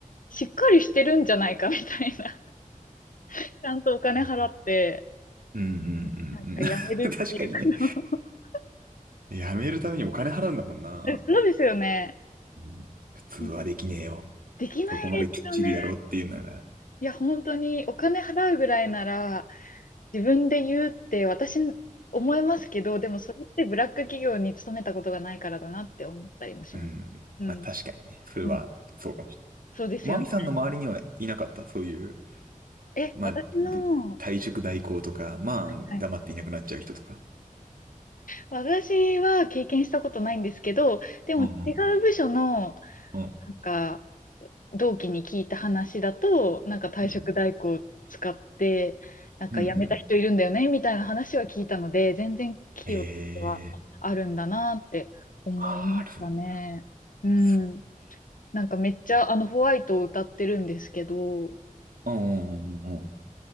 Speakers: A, on the left; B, on the right.
A: しっかりしてるんじゃないかみたいな。<laughs> ちゃんとお金払って、
B: うんうん。うんうんうんうん。
A: なんかやめるっていうか
B: <laughs> 確かにね。
A: <laughs>
B: やめるためにお金払うんだもんな。
A: えそうですよね。
B: うん普通はできねえよ。
A: うんできないですよね。
B: そこまできっちりやろうっていうなら。
A: いや、本当にお金払うぐらいなら、自分で言うって私思いますけど、でもそれってブラック企業に勤めたことがないからだなって思ったりもします。
B: うん。
A: うん。
B: まあ確かにね。それはそうかもしれない。
A: うん、そうですよね。
B: マミさんの周りにはいなかったそういう、
A: え、
B: まあ、
A: 私の、
B: ぶ退職代行とか、まあ、
A: はい。
B: 黙っていなくなっちゃう人とか。
A: 私は経験したことないんですけど、でも違
B: うん
A: う部署の、
B: うん。うん。
A: なんか、同期に聞いた話だと、なんか退職代行を使って、
B: うん
A: なんか辞めた人いるんだよね、
B: うんうん。
A: みたいな話は聞いたので、全然企業はあるんだなって思いましたね。
B: へえ、あーある、
A: うん。
B: そ
A: なんかめっちゃ、
B: う。うん
A: あの、ホワイトを歌ってるんですけど、
B: うんうんうんうん。